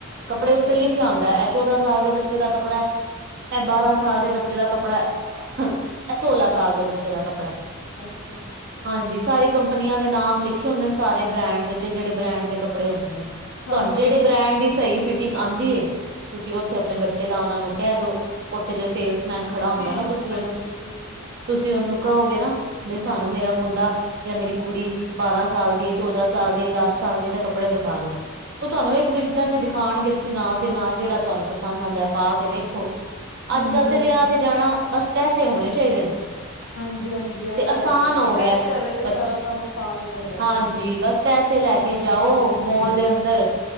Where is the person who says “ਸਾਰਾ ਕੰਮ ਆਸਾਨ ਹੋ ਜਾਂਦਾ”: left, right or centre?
Left